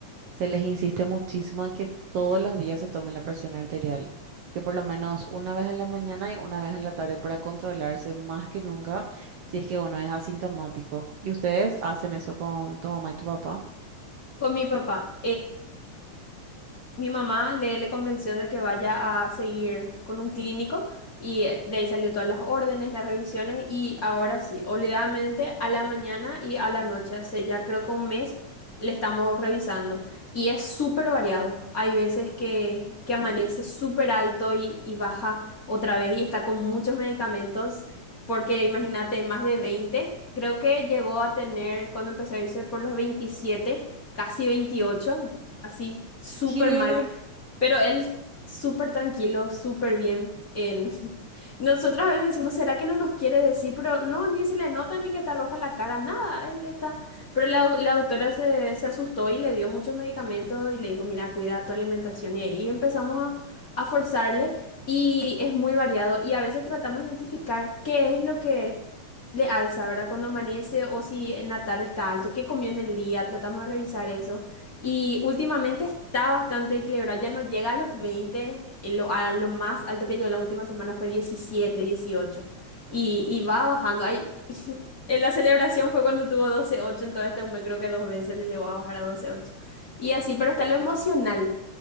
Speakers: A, on the right; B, on the left.
A: se les insiste muchísimo en que todos los días se tomen la presión arterial, que por lo menos una vez en la mañana y una vez en la tarde para controlarse más que nunca si es que uno es asintomático. ¿Y ustedes hacen eso con tu mamá y tu papá?
B: Con mi papá. Mi mamá le, le convenció de que vaya a seguir con un clínico y eh, de ahí salió todas las órdenes, las revisiones y ahora sí, obligadamente a la mañana y a la noche, hace ya creo que un mes le estamos revisando y es súper variado. Hay veces que, que amanece súper alto y, y baja otra vez y está con muchos medicamentos porque imagínate, más de 20. creo que llegó a tener cuando empezó a irse por los 27, casi 28 así, súper
A: Here.
B: mal. Pero él súper tranquilo, súper bien. En... <laughs> Nosotras a veces decimos, ¿será que no nos quiere decir? Pero no, ni se le nota ni que está rojo la cara, nada. Él está. Pero la, au- la autora se, se asustó y le dio muchos medicamentos y le dijo, mira, cuida tu alimentación. Y ahí empezamos a, a forzarle y es muy variado. Y a veces tratamos de identificar qué es lo que le alza, ¿verdad? Cuando amanece o si en la tarde está alto, qué comió en el día, tratamos de revisar eso. Y últimamente está bastante equilibrado, ya no llega a los veinte eh, lo, a lo más alto que llegó en las últimas semanas fue diecisiete dieciocho y, y va bajando. Ay, <laughs> en la celebración fue cuando tuvo doce ocho entonces este mes creo que dos veces le llegó a bajar a doce ocho Y así, pero está lo emocional.